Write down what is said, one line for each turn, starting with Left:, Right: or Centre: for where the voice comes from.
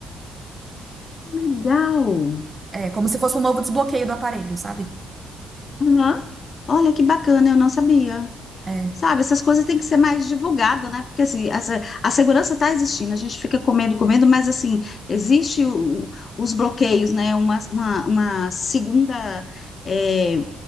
Left: Legal.
Right: É como se fosse um novo desbloqueio do aparelho, sabe?
Left: Aham. Olha que bacana, eu não sabia.
Right: É,
Left: Sabe, essas coisas têm que ser mais divulgadas, né? Porque assim, essa, a segurança está existindo, a gente fica comendo, comendo, mas assim, existe o- os bloqueios, né? Uma, uma, uma segunda é,